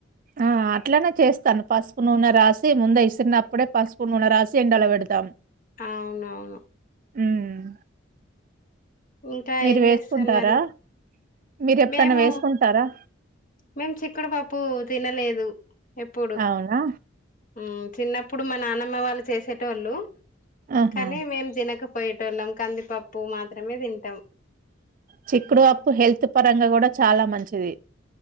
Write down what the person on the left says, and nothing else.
అవునవును
ఇంకా
ఏం
చేస్తున్నారు
మేము
మేము చిక్కుడుపప్పు తినలేదు ఎప్పుడు
ఉమ్ చిన్నప్పుడు మా నాన్నమ్మ వాళ్ళు చేసేటో ళ్ళు
కనీ మేమ్ జినక పోయేటోళ్ళం కందిపప్పు మాత్రమే తింన్